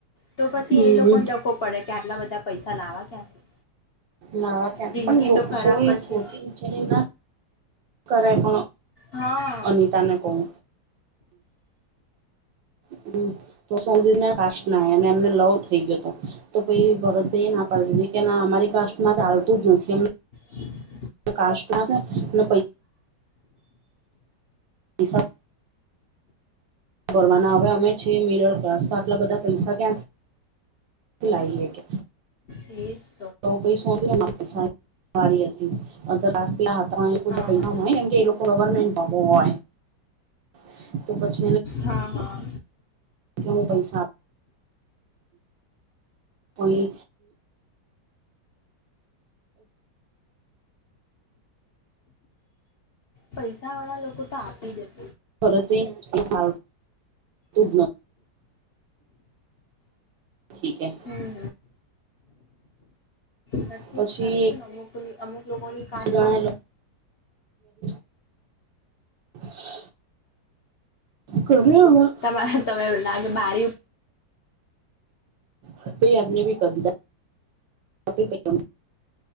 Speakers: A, on the left; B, on the right.
A: તો પછી
B: હમ
A: એ લોકોને ડકો પડે કે આટલા બધા પૈસા લાવવા ક્યાંથી
B: લાવા ક્યાંથી
A: જિંદગી
B: પણ સો
A: તો ખરાબ પછી
B: સોચીચ ના કરે પણ
A: હા
B: અનિતા ને કવું હમ તો સૌધ ના કાસ ના અને એમને લવ થઈ ગયો તો કોઈ ભરત ના પાડૂ દીદી કે ના અમારી કા માં ચાલતું જ નથી એમ
A: હમ
B: પ્રકાશ ન પૈ <inaudible> ભરવાના હવે અમે છીએ મિડલ ક્લાસ તો આટલા બધા પૈસા ક્યાં લાવીએ કે
A: એસ
B: <inaudible> મા હતી અ રાત્યા હતા. પા
A: હા
B: પૈસામ કે લોકો ગવર્મેન્ટ <inaudible>
A: હા હા
B: કે હું પૈસા કોઈ
A: પૈસા વાળા લોકો તો આપી દેતા
B: <inaudible> <unintelligible> ઠીકે
A: હમ હ થી
B: પછી
A: ચાલ છેું
B: એક
A: નમ મુક <inaudible> લોકોની કાટલા
B: જણા લવ <inaudible> કર્યા
A: તમારે તમે એવું લાગે બારીર
B: હાઈ આપને ભી કદી <unintelligible>